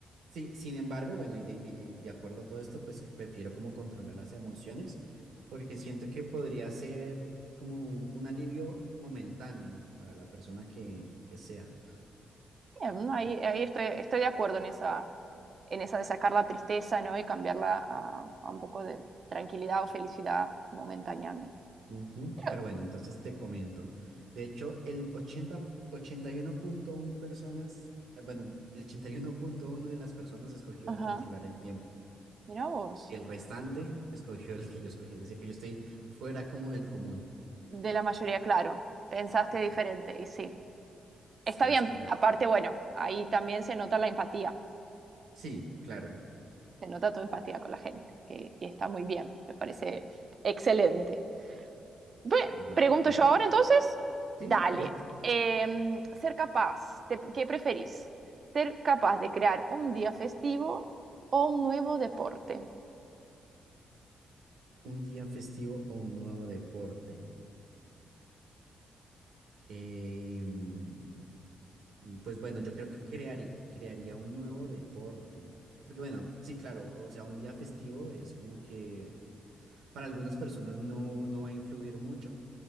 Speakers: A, on the right; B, on the right.
A: Sí, sin embargo, bueno, y de, y de- de acuerdo a todo esto, pues prefiero como controlar las emociones, porque siento que podría ser como un, un alivio momentáneo para la persona que, que sea.
B: Bien, ¿no? ahí,
A: Yep.
B: ahí estoy, estoy de acuerdo en esa, en esa de sacar la tristeza, ¿no? Y cambiarla a, a un poco de tranquilidad o felicidad momentáneamente.
A: Ujú,
B: Pero,
A: Pero bueno, entonces te comento. De hecho, el ochenta ochenta y uno punto uno personas, eh, bueno, el ochenta y uno punto uno de las personas escogió
B: ajá,
A: controlar el tiempo.
B: mira vos.
A: El restante escogió el que yo escogí, es decir, que yo estoy fuera como del común.
B: De la mayoría, claro. Pensaste
A: Exacto.
B: diferente, y sí.
A: Sí,
B: Está bien,
A: es correcto.
B: aparte, bueno, ahí también se nota la empatía,
A: Sí, claro.
B: se nota tu empatía con la gente, que, que está muy bien, me parece excelente. Ve,
A: Bueno,
B: pregunto
A: te
B: yo
A: toca.
B: ahora entonces,
A: Sí,
B: dale,
A: correcto.
B: Em, ser capaz, te- ¿qué preferís? ¿Ser capaz de crear un día festivo o un nuevo deporte?
A: Un día festivo o un nuevo deporte. Em, pues bueno, yo creo que crearí- crearía un nuevo deporte. Porque bueno, sí, claro, o sea, un día festivo es como que para algunas personas no, no va a influir mucho.